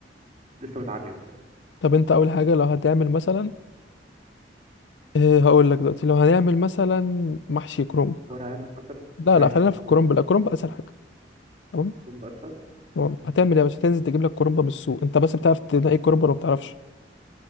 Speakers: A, on the right (about 35°); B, on the left (about 70°).
A: لسه متعلم كده
B: طب انت اول حاجه لو هتعمل مثلا هقول لك دلوقتي لو هنعمل مثلا محشي كرنب
A: ورق عنب مثلا
B: لا
A: ماشي
B: لا خلينا
A: وكرنب
B: في الكرنب لا، الكرنب اسهل حاجه تمام
A: كرنب اسهل
B: تمام. هتعمل ايه يا باشا هتنزل تجيب لك كرنب من السوق انت بس بتعرف تنقي الكرنب ولا ما بتعرفش